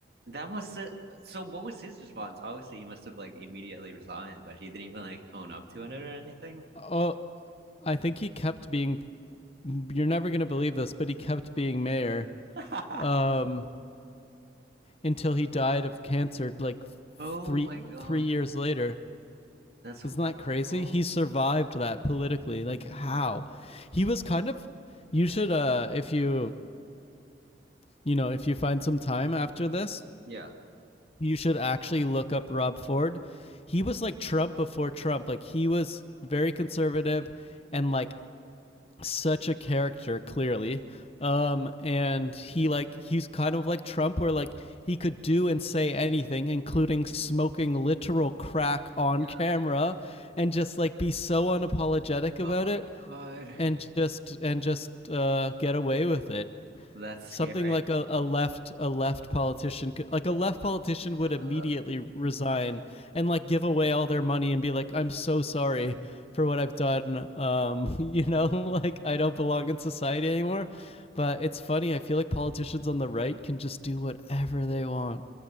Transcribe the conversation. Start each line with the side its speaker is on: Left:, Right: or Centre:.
Right: that must have, so what was his response? Obviously, he must have like immediately resigned, but he didn't even like own up to it or anything.
Left: Oh, I think he kept being. You're never gonna believe this, but he kept being mayor
Right: <laughs>
Left: um, until he died of cancer, like three
Right: Oh my God.
Left: three years later.
Right: That's horrible.
Left: Isn't that crazy? He survived that politically. Like how? He was kind of. You should, uh, if you you know, if you find some time after this,
Right: Yeah.
Left: you should actually look up Rob Ford. He was like Trump before Trump. Like he was very conservative and like such a character clearly um and he like he's kind of like trump where like he could do and say anything including smoking literal crack on
Right: Yeah.
Left: camera and just like be so unapologetic about
Right: Oh my
Left: it
Right: God.
Left: and just and just uh get away with it
Right: That's scary.
Left: something like a, a left a left politician like a left politician would
Right: <gasps>
Left: immediately resign and like give away all their money and be like i'm so sorry for what i've done um <laughs> you know like i don't belong in society anymore but it's funny i feel like politicians on the right can just do whatever they want